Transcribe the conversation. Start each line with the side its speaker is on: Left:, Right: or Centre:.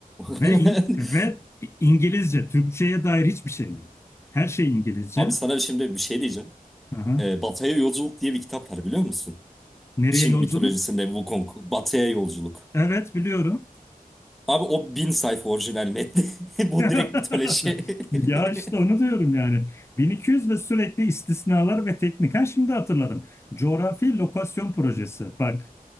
Left: Ve
Centre: <laughs>
Left: in- ve İngilizce, Türkçe'ye dair hiçbir şey yok. Her şey İngilizce.
Centre: Abi sana şimdi bir şey diyeceğim.
Left: Aha.
Centre: Ee, Batı'ya Yolculuk diye bir kitap var biliyor musun?
Left: Nereye
Centre: Çin
Left: yolculuk?
Centre: mitolojisinde Wukong. Batı'ya Yolculuk.
Left: Evet biliyorum.
Centre: Abi o bin sayfa orijinal metni. <laughs> Bu
Left: <laughs>
Centre: direkt mitoloji.
Left: Ya
Centre: <laughs>
Left: işte onu diyorum yani. 1200 ve sürekli istisnalar ve teknik. Ha şimdi hatırladım. Coğrafi lokasyon projesi. Bak